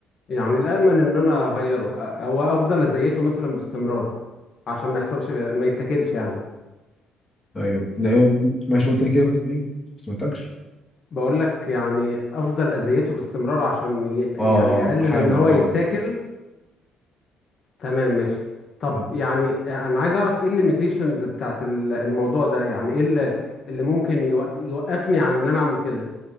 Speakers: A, on the left; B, on the left.
A: يعني الامن ان انا اغيره أ- او افضل ازيته مثلا باستمرار عشان ما يحصلش ما يتاكلش يعني
B: ايوه ن- إيه، ماشي قلت لي كده بس ايه ما سمعتكش
A: بقول لك يعني افضل اذيته باستمرار عشان ي... يعني
B: اه اه
A: اقلل
B: احاول
A: ان هو
B: اه
A: يتاكل تمام ماشي طب
B: مم.
A: يعني انا عايز اعرف ايه الليميتيشنز بتاعت ال- الموضوع ده يعني ايه اللي, اللي ممكن يوق... يوقفني عن ان انا اعمل كده